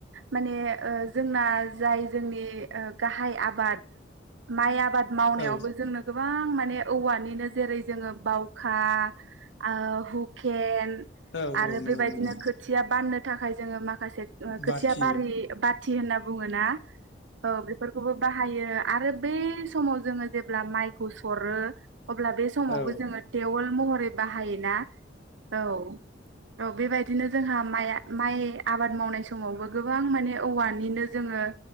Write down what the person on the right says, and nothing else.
माने ओ जोंना जाय जोंनि गाहाय आबाद माइ आबाद मावनायावबो
जोंनो गोबां माने औवानिनो जेरै जोङो बावखा ओ हुकेन आरो
बेबायदिनो
खोथिया बाननो थाखाय जोङो माखासे खोथिया
बारि बाथि होनना बुङो ना। औ बेफोरखौबो बाहायो आरो बे समाव जोङो जेब्ला माइखौ सरो अब्ला बे समावबो
जोङो टेननवल महरै बाहायोना। औ औ बेबायदि बिदिनो जोंहा माइ माइ आबाद मावनाय समावबो गोबां माने औवानिनो जोङो